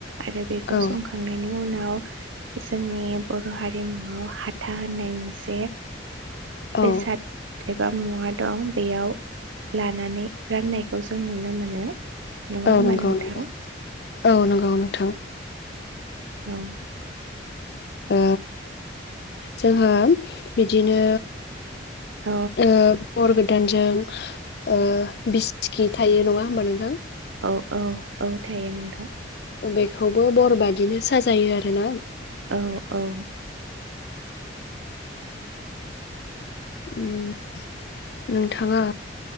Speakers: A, on the right (about 90°); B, on the left (about 55°).
A: आरो बेखौ
B: औ
A: संखांनायनि उनाव जोंनि बर हारिमुआव हा था होननाय मोनसे बेेसाद
B: औ
A: एबा मुवा दं। बेयाव लानानानै राननाय खौ जों नुनो मोनो। नङा होमबा
B: औ नंगौ
A: नोंथां?
B: नंगौ औ नंगौ नोंथां।
A: औ।
B: ओ जोंहा बिदिनो
A: औ
B: ओ हर गोदानजों बिसकि थायो नङा होमबा नोंथां?
A: औ औ औ थायो नोंथां।
B: बेखौबो बरबादिनो साजायो आरोना।
A: औ औ।
B: उम नोंथाङा